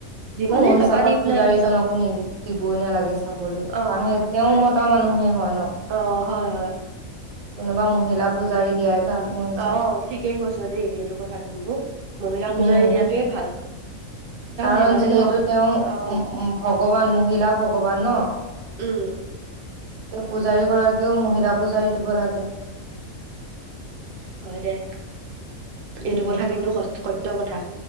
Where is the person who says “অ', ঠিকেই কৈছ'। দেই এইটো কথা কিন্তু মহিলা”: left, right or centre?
Right